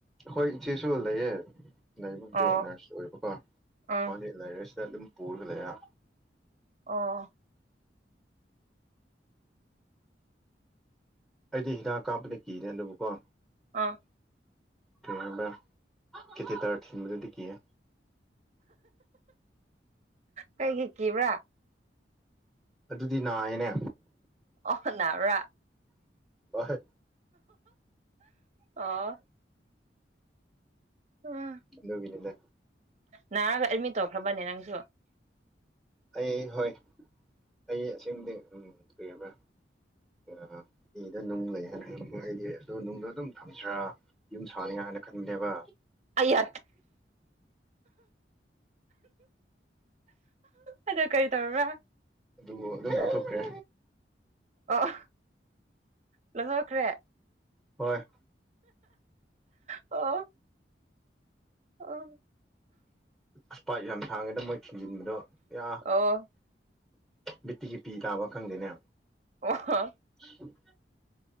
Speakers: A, in the centre; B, on the right.
A: ꯍꯣꯏ ꯏꯆꯦꯁꯨ ꯂꯩꯌꯦꯦ ꯂꯩꯕꯕꯨꯗꯤ
B: ꯑꯣ
A: ꯅꯔꯁ ꯑꯣꯏꯕꯀꯣ
B: ꯑꯥ
A: ꯃꯥꯗꯤ ꯂꯥꯏꯔꯤꯛ ꯑꯁꯤꯗ ꯑꯗꯨꯝ ꯄꯨꯔꯒ ꯂꯩꯔꯦ
B: ꯑ
A: ꯑꯩꯗꯤ ꯍꯤꯗꯥꯛ ꯀꯥꯞꯄꯅꯦ ꯀꯤꯅꯦ ꯑꯗꯨꯕꯨꯄꯥ
B: ꯑꯥ
A: ꯀꯩ ꯍꯥꯏꯕ ꯀꯇꯦꯇꯥꯔ ꯊꯤꯟꯕꯗꯨꯗꯤ ꯀꯤꯌꯦ
B: ꯀꯩꯒꯤ ꯀꯤꯕ꯭ꯔꯥ
A: ꯑꯗꯨꯗꯤ ꯅꯥꯏꯌꯦꯅꯦ
B: ꯑꯣ ꯅꯕ꯭ꯔꯥ
A: ꯑꯣꯍꯣꯏ
B: ꯑꯣ ꯑꯥ
A: ꯑꯗꯨꯒꯤꯅꯤꯗ
B: ꯅꯥꯔꯒ ꯑꯦꯗꯃꯤꯠ ꯇꯧꯈ꯭ꯔꯥꯕꯅꯦ ꯅꯪꯁꯨ
A: ꯑꯩ ꯍꯣꯏ ꯑꯩ ꯑꯁꯦꯡꯕꯗꯤ ꯀꯩꯕ꯭ꯔꯥ ꯑ ꯏꯗ ꯅꯨꯡ ꯂꯩꯌꯦ ꯍꯪꯉꯛ ꯅꯤꯉꯥꯏꯒꯤ ꯑꯗꯣ ꯅꯨꯡꯗꯣ ꯑꯗꯨꯝ ꯊꯝꯁꯤ꯭ꯔꯥ ꯌꯨꯝ ꯁꯥꯅꯤꯉꯥꯏ ꯍꯥꯏꯅ ꯈꯟꯕꯅꯦꯕ
B: ꯑꯌꯥ ꯑꯗꯣ ꯀꯔꯤ ꯇꯧꯔꯕ꯭ꯔꯥ
A: ꯑꯗꯨꯕꯨ ꯑꯗꯨꯝ ꯂꯧꯊꯣꯛꯈ꯭ꯔꯦ
B: ꯑꯣ ꯂꯣꯏꯊꯣꯛꯈ꯭ꯔꯦ
A: ꯍꯣꯏ
B: ꯑꯣ ꯑꯣ
A: ꯑꯁ ꯄꯥꯥꯏꯞ ꯌꯥꯝ ꯁꯥꯡꯉꯦꯗ ꯃꯣꯏ ꯊꯤꯟꯖꯤꯟꯕꯗꯣ ꯌꯥ
B: ꯑꯣ
A: ꯃꯤꯠꯇꯒꯤ ꯄꯤ ꯇꯥꯕ ꯈꯪꯗꯦꯅꯦ
B: ꯑꯣ ꯍꯣ
A: <unintelligible>